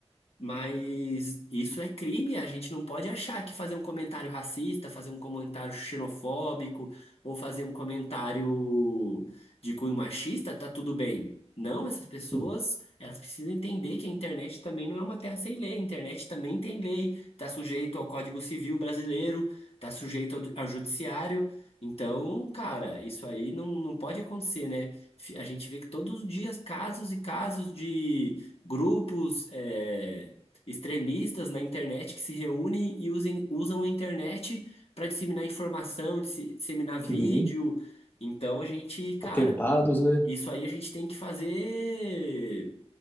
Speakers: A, on the left; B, on the left.
A: Mas isso é crime, a gente não pode achar que fazer um comentário racista, fazer um comentário xenofóbico ou fazer um comentário de cunho machista tá tudo bem. Não, essas pessoas,
B: Sim.
A: elas precisam entender que a internet também não é uma terra sem lei, a internet também tem lei, tá sujeito ao Código Civil brasileiro, tá sujeito ao, ao judiciário. Então, cara, isso aí não, não pode acontecer, né? Fi- A gente vê que todos os dias casos e casos de grupos eh, extremistas na internet que se reúnem e usem, usam a internet para disseminar informação, disse- disseminar vídeo.
B: Sim.
A: Então a gente, cara,
B: Atentados, né?
A: isso aí a gente tem que fazer